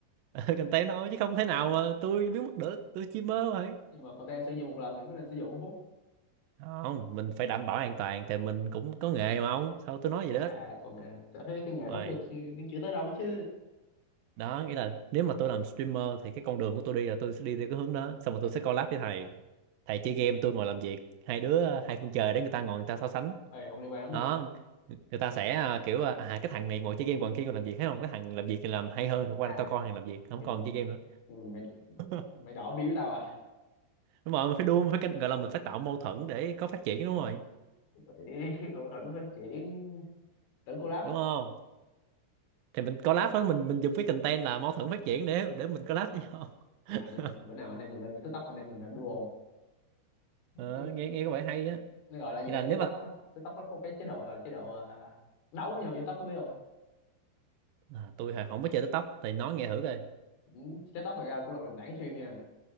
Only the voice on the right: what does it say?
<laughs> content thôi chứ không thể nào mà tôi biến mất được tôi chỉ mơ thôi
không mình phải đảm bảo an toàn thì mình cũng có nghề mà ông sao tôi nói vậy
đó
rồi
đó nghĩa là nếu mà tôi làm streamer thì cái con đường của tôi đi là tôi sẽ đi theo cái hướng đó xong rồi tôi sẽ collab với thầy thầy chơi game tôi ngồi làm việc hai đứa hai phương trời để người ta ngồi người ta so sánh
đó
người ta sẽ à, kiểu à à, cái thằng này ngồi chơi game còn kia còn làm việc thấy không cái thằng làm việc thì làm hay hơn rồi qua
tao coi thằng làm việc không
còn
chơi game nữa
<laughs>
đúng rồi mình phải đua mình phải canh- gọi là mình phải tạo mâu thuẫn để có phát triển đúng rồi
đúng không thì mình collab với mình mình dùng cái content là mâu thuẫn phát triển để để mình collab với nhau <laughs>
ờ, nghe nghe có vẻ hay á
nghĩa
là nếu
mà
à, tôi hồi không có chơi TikTok thì nói nghe thử coi